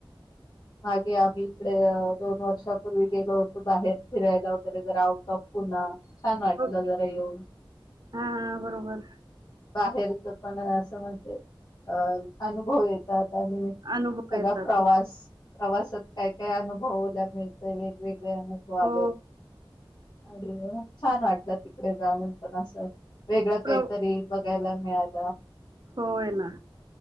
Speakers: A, on the left; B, on the right.
A: मागे आम्ही इकडे दोन वर्षापूर्वी गेलो होतो बाहेर फिरायला वगैरे जर आउट ऑफ पुन्हा छान वाटलं
B: हो.
A: जरा येऊन.
B: हा बरोबर
A: बाहेरच पण असं म्हणजे अ अनुभव येत आणि
B: अनुभव
A: सगळा
B: येतात
A: प्रवास
B: हो
A: प्रवासात काय काय अनुभवला मिळत व वेगळे्या आणि स्वाद
B: हो
A: आणि छान वाटलं तिकडे जाऊन पण असं. वेगळं
B: प्र
A: काहीतरी बघायला मिळालं.
B: होय ना